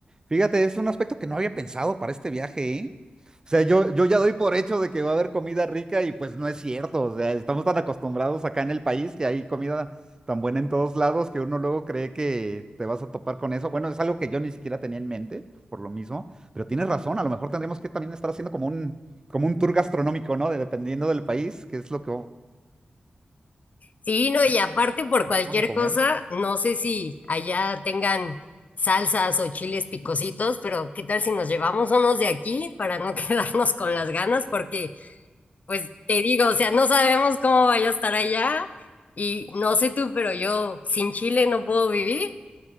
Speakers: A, on the right; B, on the left.
A: Fíjate, es un aspecto que no había pensado para este viaje, ¿eh? O sea, yo, yo ya doy por hecho de que va a haber comida rica y pues no es cierto. O sea, estamos tan acostumbrados acá en el país que hay comida tan buena en todos lados que uno luego cree que te vas a topar con eso. Bueno, es algo que yo ni siquiera tenía en mente, por lo mismo, pero tienes razón, a lo mejor tendríamos que también estar haciendo como un, como un tour gastronómico, ¿no? De- dependiendo del país, qué es lo que
B: Sí, no, y aparte por cualquier
A: vamos a comer.
B: cosa, no sé si allá tengan salsas o chiles picositos, pero ¿qué tal si nos llevamos unos de aquí para no <laughs> quedarnos con las ganas? Porque Pues te digo, o sea, no sabemos cómo vaya a estar allá y no sé tú, pero yo sin chile no puedo vivir.